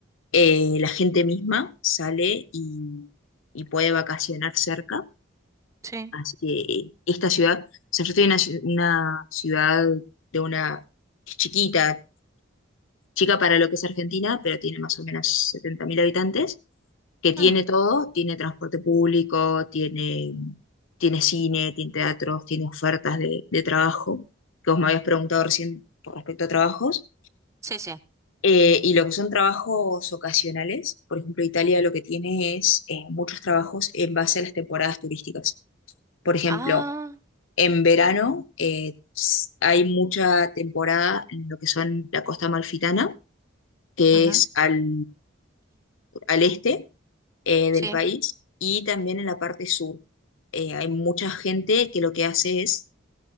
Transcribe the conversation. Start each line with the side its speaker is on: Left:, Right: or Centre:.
Left: Eh, la gente misma sale y, y puede vacacionar cerca.
Right: sí.
Left: Así que eh, esta ciudad, o sea, yo estoy en una, ci- una ciudad de una que es chiquita, chica para lo que es Argentina, pero tiene más o menos 70.000 habitantes, que tiene
Right: Mm,
Left: todo, tiene transporte público, tiene, tiene cine, tiene teatros, tiene ofertas de, de trabajo, que vos me habías preguntado recién con respecto a trabajos.
Right: sí, sí.
Left: Eh, y lo que son trabajos ocasionales, por ejemplo, Italia lo que tiene es eh, muchos trabajos en base a las temporadas turísticas. Por ejemplo,
Right: Ah,
Left: en verano eh, s- hay mucha temporada en lo que son la costa amalfitana, que
Right: ujú,
Left: es al al este eh, del
Right: sí.
Left: país y también en la parte sur. Eh, hay mucha gente que lo que hace es